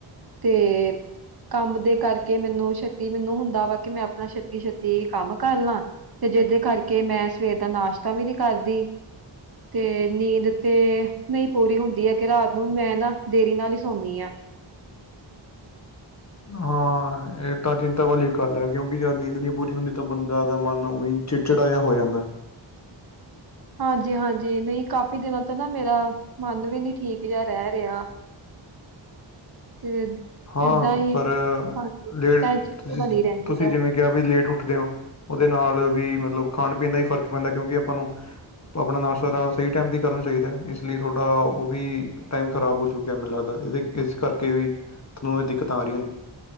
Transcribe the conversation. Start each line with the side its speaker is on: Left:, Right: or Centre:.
Right: ਤੇ ਕੰਮ ਦੇ ਕਰਕੇ ਮੈਨੂੰ ਛੇਤੀ ਮੈਨੂੰ ਹੁੰਦਾ ਵਾ ਕਿ ਮੈਂ ਆਪਣਾ ਛੇਤੀ ਛੇਤੀ ਕੰਮ ਕਰ ਲਾਂ ਤੇ ਜਿਹਦੇ ਕਰਕੇ ਮੈਂ ਸਵੇਰ ਦਾ ਨਾਸ਼ਤਾ ਵੀ ਨਹੀ ਕਰਦੀ। ਤੇ ਨੀਂਦ ਤੇ ਨਹੀਂ ਪੂਰੀ ਹੁੰਦੀ ਹੈ, ਕਿ ਰਾਤ ਨੂੰ ਮੈਂ ਨਾ ਦੇਰੀ ਨਾਲ ਹੀ ਸੌਦੀ ਹਾਂ।
Left: ਹਾਂ ਇਹ ਤਾਂ ਚਿੰਤਾ ਵਾਲੀ ਗੱਲ ਹੈ ਕਿਉਂਕਿ ਜਦ ਨੀਂਦ ਨਹੀਂ ਪੂਰੀ ਹੁੰਦੀ ਤਾਂ ਬੰਦਾ ਦਾ ਮਨ ਉਹੀ ਚਿੜਚਿੜਾ ਜਿਹਾ ਹੋ ਜਾਂਦਾ ਏ।
Right: ਹਾਂਜੀ- ਹਾਂਜੀ ਨਹੀਂ ਕਾਫੀ ਦਿਨਾਂ ਤੋਂ ਨਾ ਮੇਰਾ ਮਨ ਵੀ ਨੀ ਠੀਕ ਜਿਹਾ ਰਹਿ ਰਿਹਾ।
Left: <inaudible>
Right: ਤੇ
Left: ਹਾਂ
Right: ਏਦਾਂ ਹੀ
Left: ਪਰ
Right: ਹਾਂਜੀ
Left: ਲੇਟ
Right: ਟੈਨਸ਼ਨ
Left: ਤੁ
Right: ਬਣੀ ਰਹਿੰਦੀ
Left: ਤੁਸੀਂ
Right: ਆ
Left: ਜਿਵੇਂ ਕਿਹਾ ਵੀ ਲੇਟ ਉੱਠਦੇ ਹੋ। ਉਹਦੇ ਨਾਲ ਵੀ ਮਤਲਬ ਖਾਣ ਪੀਣ ਦਾ ਹੀ ਫ਼ਰਕ ਪੈਂਦਾ ਕਿਉਂਕਿ ਆਪਾਂ ਨੂੰ ਆਪਣਾ ਨਾਸ਼ਤਾ ਸਹੀ ਟਾਈਮ ਦੀ ਕਰਨਾ ਚਾਹੀਦਾ ਹੈ, ਇਸ ਲਈ ਤੁਹਾਡਾ ਉਹ ਵੀ ਟਾਈਮ ਖਰਾਬ ਹੋ ਚੁੱਕਿਆ ਮੈਨੂੰ ਲੱਗਦਾ। ਇਹਦੇ ਇਸ ਕਰਕੇ ਵੀ ਤੁਹਾਨੂੰ ਇਹ ਦਿੱਕਤਾਂ ਆ ਰਹੀਆਂ ਨੇ।